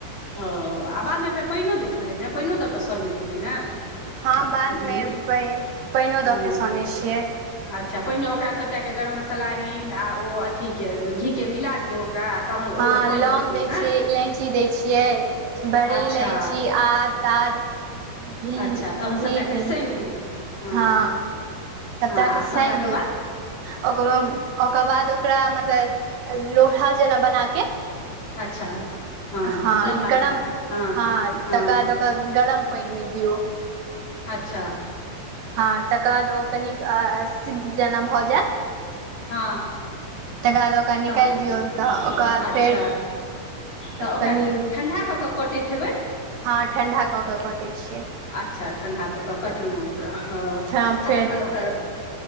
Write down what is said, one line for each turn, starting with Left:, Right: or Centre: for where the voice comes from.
Left: ओ आ बादमे फेर पइनो दैत हेबै ने पइनो दऽ कऽ सनैत हेबै ने।
Right: हाॅं बादमे
Left: मने
Right: पइनओ
Left: हँ
Right: दऽ के सनैत छियै।
Left: अच्छा पहिने ओकरा सभटाके गरम मसाला हिंग आ ओ अथीके घीके मिला दियो ओकरा तहन
Right: हाॅं
Left: ओहिमे पानि
Right: लौंग
Left: दऽ दियौ
Right: दैय
Left: ने
Right: छिये इलाय इची दैय छियै, बड़ी
Left: अच्छा
Right: इलायची आद ताद घी
Left: अच्छा तखन
Right: घी
Left: सभटा
Right: हिंग
Left: के सानि दियौ, हाॅं
Right: हँ सभटाके
Left: हाॅं आ
Right: सानि
Left: सनलाके
Right: दियौ
Left: बाद
Right: ओकर, ओकर बाद ओकरा मतलब लोढा जेना बना के
Left: अच्छा हँ
Right: हाॅं
Left: लम्बा
Right: गरम
Left: लम्बा हँ
Right: हाॅं
Left: हँ
Right: तकर बाद तऽ गरम पइनमे दियौ।
Left: अच्छा।
Right: हाॅं तकर बाद ओ कनिक सिद्ध जेना भऽ जायत
Left: हाॅं।
Right: तकर बाद ओकरा
Left: तखन
Right: निकालि दियौ तऽ ओकरा
Left: अच्छा,
Right: फेर
Left: तऽ ओकरा
Right: कनि
Left: ठंडा कऽ के कटैत हेबै।
Right: हाॅं ठण्डा कऽ केऽ कटै छियै।
Left: अच्छा ठण्डा कऽ कऽ कटलहुँ ओकरा, हाॅं
Right: फेर फेर
Left: आ तखन ओकरा